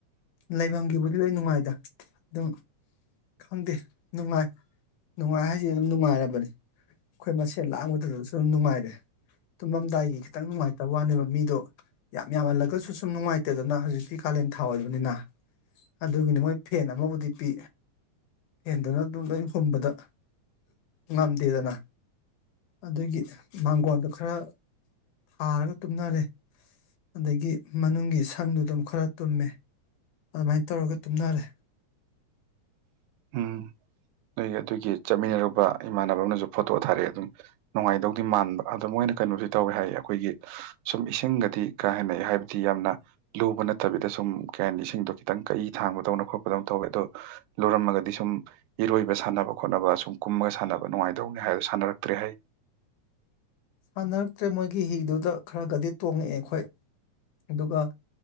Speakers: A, on the left; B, on the right.
A: ꯂꯩꯐꯝꯒꯤꯕꯨꯗꯤ ꯂꯣꯏ ꯅꯨꯡꯉꯥꯏꯗ ꯑꯗꯨꯝ ꯈꯪꯗꯦ ꯅꯨꯡꯉꯥꯏ ꯅꯨꯡꯉꯥꯏ ꯍꯥꯏꯁꯦ ꯑꯗꯨꯝ ꯅꯨꯡꯉꯥꯏꯔꯕꯅꯦ ꯑꯩꯈꯣꯏ ꯃꯁꯦꯟ ꯂꯥꯡꯕꯗꯨꯗꯁꯨ ꯑꯗꯨꯝ ꯅꯨꯡꯉꯥꯏꯔꯦ ꯇꯨꯝꯃꯝꯗꯥꯏꯒꯤ ꯈꯤꯇꯪ ꯅꯨꯡꯉꯥꯏꯇꯕ ꯋꯥꯅꯦꯕ ꯃꯤꯗꯣ ꯌꯥꯝ ꯌꯥꯝꯃꯜꯂꯒꯁꯨ ꯁꯨꯝ ꯅꯨꯡꯉꯥꯏꯇꯦꯗꯅ ꯍꯧꯖꯤꯛꯇꯤ ꯀꯥꯂꯦꯟ ꯊꯥ ꯑꯣꯏꯕꯅꯤꯅ ꯑꯗꯨꯒꯤꯅꯤ ꯃꯣꯏ ꯐꯦꯟ ꯑꯃꯕꯨꯗꯤ ꯄꯤ ꯍꯦꯟꯗꯅ ꯑꯗꯨꯝ ꯂꯣꯏ ꯍꯨꯝꯕꯗ ꯉꯝꯗꯦꯗꯅ ꯑꯗꯨꯒꯤ ꯃꯥꯡꯒꯣꯟꯗꯨ ꯈꯔ ꯊꯥꯔꯒ ꯇꯨꯝꯅꯔꯦ ꯑꯗꯒꯤ ꯃꯅꯨꯡꯒꯤ ꯁꯪꯗꯨ ꯑꯗꯨꯝ ꯈꯔ ꯇꯨꯝꯃꯦ ꯑꯗꯨꯃꯥꯏꯅ ꯇꯧꯔꯒ ꯇꯨꯝꯅꯔꯦ
B: ꯎꯝ ꯑꯗꯨꯏ ꯑꯗꯨꯒꯤ ꯆꯠꯃꯤꯟꯅꯔꯨꯕ ꯏꯃꯥꯟꯅꯕꯅꯁꯨ ꯐꯣꯇꯣ ꯊꯥꯔꯛꯑꯦ ꯑꯗꯨꯝ ꯅꯨꯡꯉꯥꯏꯗꯧꯗꯤ ꯃꯥꯟꯕ ꯑꯗꯣ ꯃꯣꯏꯅ ꯀꯩꯅꯣꯁ ꯇꯧꯋꯦ ꯍꯥꯏꯌꯦ ꯑꯩꯈꯣꯏꯒꯤ ꯁꯨꯝ ꯏꯁꯤꯡꯒꯗꯤ ꯀꯥ ꯍꯟꯅ ꯍꯥꯏꯕꯗꯤ ꯌꯥꯝꯅ ꯂꯨꯕ ꯅꯠꯇꯕꯤꯗ ꯁꯨꯝ ꯀꯩ ꯍꯥꯏꯅꯤ ꯏꯁꯤꯡꯗꯣ ꯈꯤꯇꯪ ꯀꯛꯏ ꯊꯥꯡꯕꯗꯧꯅ ꯈꯣꯠꯄꯗꯧꯅ ꯇꯧꯋꯦ ꯑꯗꯣ ꯂꯨꯔꯃꯒ ꯗꯤ ꯁꯨꯝ ꯏꯔꯣꯏꯕ ꯁꯥꯟꯅꯕ ꯈꯣꯠꯅꯕ ꯁꯨꯝ ꯀꯨꯝꯃꯒ ꯁꯥꯟꯅꯕ ꯅꯨꯡꯉꯥꯏꯗꯧꯅꯦ ꯍꯥꯏꯣ ꯁꯥꯟꯅꯔꯛꯇ꯭ꯔꯦ ꯍꯥꯏ
A: ꯁꯥꯟꯅꯔꯛꯇ꯭ꯔꯦ ꯃꯣꯏꯒꯤ ꯍꯤꯗꯨꯗ ꯈꯔꯒꯗꯤ ꯇꯣꯡꯉꯛꯑꯦ ꯑꯩꯈꯣꯏ ꯑꯗꯨꯒ